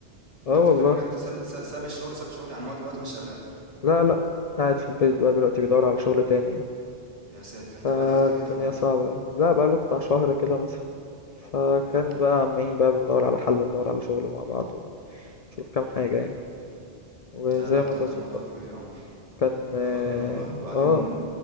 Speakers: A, on the left; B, on the right.
A: اه
B: انت بتتكلم
A: والله
B: جد ساب ساب ساب الشغل ساب الشغل يعني هو دلوقتي مش شغال
A: لا لا قاعد في البيت بقى دلوقتي بيدور على شغل تاني يعني
B: يا ساتر
A: فالدنيا
B: ده بقاله قد كده يا عمر
A: صعبة يعني لا بقاله بتاع شهر كده مثلا فكان
B: لا اله
A: بقى
B: الا الله
A: عمالين بقى بندور على حل وندور على شغل مع بعض ونشوف كام حاجة يعني وزي
B: ده لا ده
A: ما تظبط
B: ده موضوع
A: بقى
B: كبير يا عمر
A: كان اه
B: موضوع كبير والله وبعدين
A: آه،